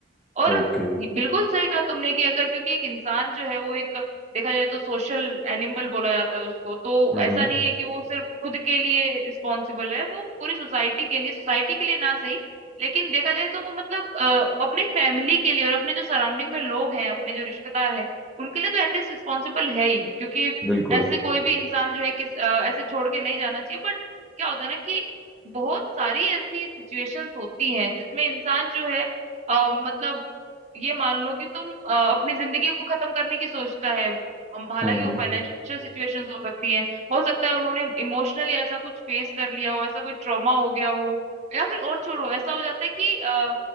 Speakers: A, on the right; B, in the centre.
A: और
B: ओके
A: बिल्कुल सही कहा तुमने कि अगर क्योंकि एक इंसान जो है वो एक देखा जाए तो सोशल एनिमल बोला जाता है उसको तो
B: हम्म
A: ऐसा नहीं है कि वो सिर्फ खुद के लिए रिस्पॉन्सिबल है वो पूरी सोसाइटी के लिए सोसाइटी के लिए ना सही लेकिन देखा जाए तो वो मतलब अ, अपने फैमिली के लिए और अपने जो सराउंडिंग में लोग हैं अपने जो रिश्तेदार हैं उनके लिए तो एटलीस्ट रिस्पॉन्सिबल है ही क्योंकि
B: बिल्कुल
A: ऐसे कोई भी इंसान जो है किस अ, ऐसे छोड़ के नहीं जाना चाहिए बट क्या होता है ना कि बहुत सारी ऐसी सिचुएशंस होती हैं जिसमें इंसान जो है अ, मतलब ये मान लो कि तुम अ, अपनी जिंदगी को खत्म करने की सोचता है हम हालांकि
B: हम्म
A: वो फाइनेंशियल सिचुएशंस हो सकती हैं हो सकता है उन्होंने इमोशनली ऐसा कुछ फेस कर लिया हो ऐसा कोई ट्रॉमा हो गया हो या फिर और छोड़ो ऐसा हो जाता है कि अ,